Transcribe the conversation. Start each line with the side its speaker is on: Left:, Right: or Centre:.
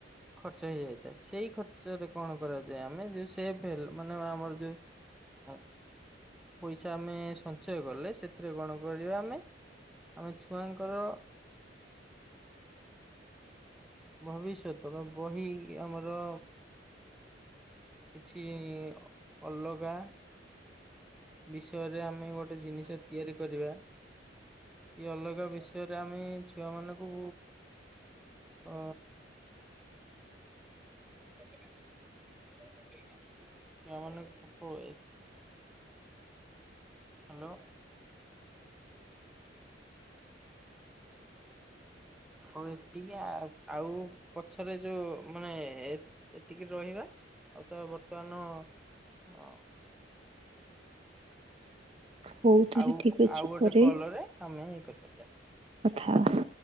Centre: ଖର୍ଚ୍ଚ ହେଇଯାଇଥାଏ ସେଇ ଖର୍ଚ୍ଚରେ କଣ କରାଯାଏ ଆମେ ଯେଉ ସେଫ ହେଲ ମାନେ ଆମର ଯୋଉଁ ଉଁ ପଇସା ଆମେ ସଞ୍ଚୟ କଲେ ସେଥିରେ କଣ କରିବା ଆମେ ଆମେ ଛୁଆଙ୍କର ଭବିଷ୍ୟତ ବହି ଆମର କିଛି ଅଲଗା। ବିଷୟରେ ଆମେ ଗୋଟେ ଜିନିଷ ତିଆରି କରିବା। ଇ ଅଲଗା ବିଷୟରେ ଆମେ ଛୁଆ ମାନଙ୍କୁ ଅ <inaudible> <unintelligible> ହ୍ୟାଲୋ।
Right: <inaudible>
Centre: ହଉ ଏତିକି ଆଉ ଆଉ ପଛରେ ଯୋଉ ମାନେ ଏତିକି ରହିବା ଆଉ ତ ବର୍ତ୍ତମାନ ଅ
Right: ହଉ ତାହେଲେ
Centre: ଆଉ
Right: ଠିକ ଅଛି
Centre: ଆଉ ଗୋଟେ
Right: ପରେ
Centre: କଲରେ ଆମେ ଇଏ କରିପାରିବା।
Right: କଥା ହଵା।